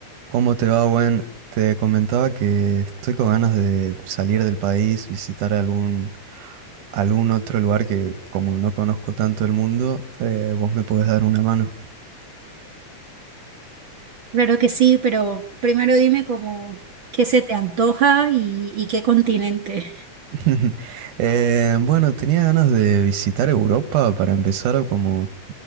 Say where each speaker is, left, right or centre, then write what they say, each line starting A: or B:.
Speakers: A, on the right; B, on the right.
A: ¿Cómo te va, Gwen? Te comentaba que estoy con ganas de salir del país, visitar algún, algún otro lugar que como no conozco tanto el mundo, eh, vos me podés dar una mano.
B: Claro que sí, pero primero dime como qué se te antoja y, y qué continente.
A: <laughs> Eh, bueno, tenía ganas de visitar Europa para empezar, como